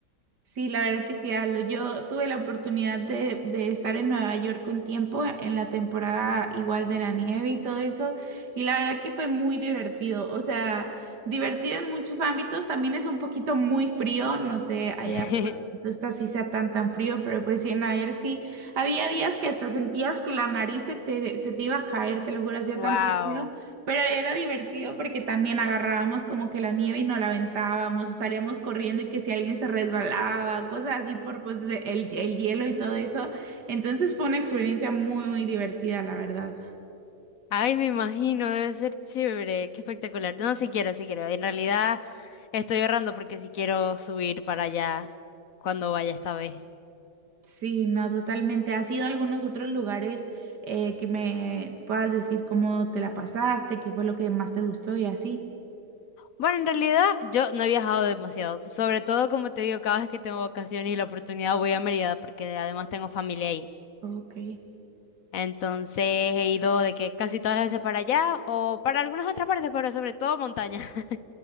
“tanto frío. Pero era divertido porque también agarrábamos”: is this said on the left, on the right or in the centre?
Right